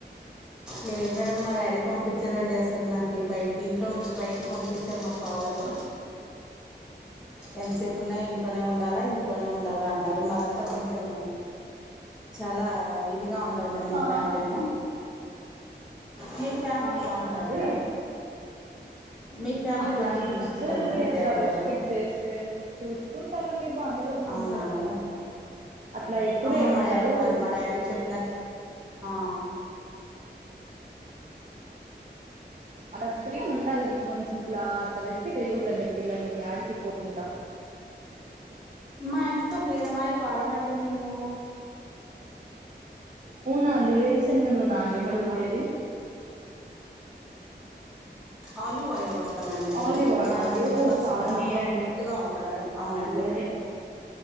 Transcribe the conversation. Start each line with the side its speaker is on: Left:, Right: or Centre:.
Centre: లేదు మేడం మా డాడీ పంపించండి అసలు నాకు బయట ఇంట్లో నుంచి బయటికి పంపించారు మాకు ఫాదరు ఎంతసేపు ఉన్నా ఇంట్లోనే ఉండాలా ఇంట్లోనే ఉండాలా అన్ టరు మాదంతా కొంచెం చాలా ఇదిగా ఉంటాది మేడం మా
Right: ఆ
Centre: ఫ్యామిలీను మీ ఫ్యామిలీ
Right: అవునా
Centre: బాగుంటదా
Right: అండి
Centre: మేడం మీ ఫ్యామిలీ
Right: అట్లా
Centre: మంచిగా
Right: నాకు
Centre: చూసుకుంటారు
Right: నచ్చదండి
Centre: మేడం మీ
Right: అట్లా
Centre: డాడీ
Right: రెస్ట్రిక్ట్
Centre: వాళ్ళు
Right: చేస్తే చూసుకుంటారండి బానే చూసుకుంటారు
Centre: అవునా మేడం
Right: అట్లా ఎప్పుడు
Centre: అమ్మ
Right: ఏమంటారు
Centre: మా డాడీ మా మా డాడీ చెప్పినట్లు ఆ
Right: అలా ఫ్రీ ఉండాలండి కొంచెం అట్లా అట్ రెస్ట్ చేయకూడదండి పిల్లల్ని యాడికి పోకుండా
Centre: మా ఇంట్లో ఫ్రీడమ్ ఆయిల్ వాడమండి మేము
Right: అవునా అండి వేరే సినిమా నునా అండి మళ్ళీ వె
Centre: ఆలివ్ ఆయిల్ వాడతామండి మేము
Right: ఆలివ్ ఆయిల్
Centre: మేము
Right: అండి
Centre: అందుకే
Right: ఒ
Centre: బాగా
Right: చాలా
Centre: స్ట్రాంగ్గా
Right: మేలండి
Centre: ఫిట్గా ఉంటాం మేడం అవునండి
Right: అది దహె అ